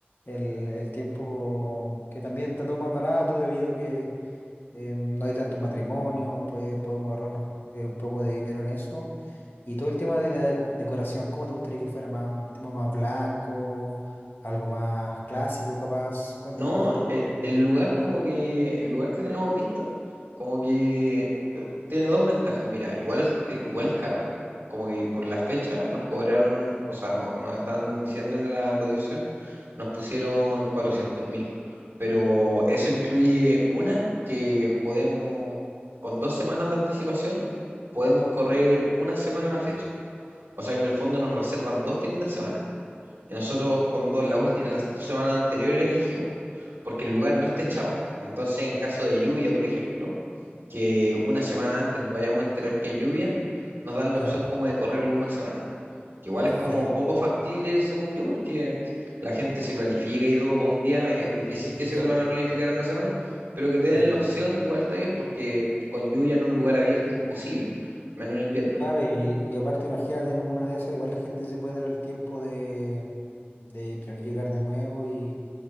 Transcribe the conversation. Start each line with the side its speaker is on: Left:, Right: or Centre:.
Left: el, el tiempo que también está todo más barato debido a que eh, no hay tantos matrimonios, puede, podemos ahorrarnos eh, un poco de dinero en eso. Y todo el tema de la decu- decoración, ¿cómo te gustaría que fuera? Más, un tema más blanco, algo más clásico capaz. Cuéntame
Right: No,
Left: un poco
Right: e-
Left: cómo te
Right: el,
Left: gustaría.
Right: lugar como que, el lugar que tenemos visto, como que eh, tiene dos ventajas, mira, igual, eh, igual es caro, como que por la fecha nos cobraron, o sea, no, nos están diciendo en la cotización, nos pusieron cuatrocientos mil, pero eso incluye una que podemos, con dos semanas de anticipación, podemos correr una semana a la fecha, o sea que en el fondo nos reservan dos fines de semana. Y nosotros con dos, la última, en las dos semanas anteriores elegimos, porque el lugar no está echado. Entonces, en caso de lluvia, por ejemplo, que una semana antes nos vayamos a enterar que hay lluvia, nos dan la
Left: Claro,
Right: opción como de correrlo una semana, que igual
Left: perfecto.
Right: es como poco factible, según yo, porque la gente se planifica y todo para un día, es difícil
Left: Sí,
Right: que
Left: sí,
Right: se
Left: sí,
Right: vuelvan
Left: sí,
Right: a planificar en una semana, pero que te
Left: totalmente.
Right: den la opción igual está bien, porque con lluvia en un lugar abierto, imposible, menos en invierno.
Left: Claro, y, y aparte imagínate en una de esas, igual la gente se puede dar el tiempo de, de planificar de nuevo y,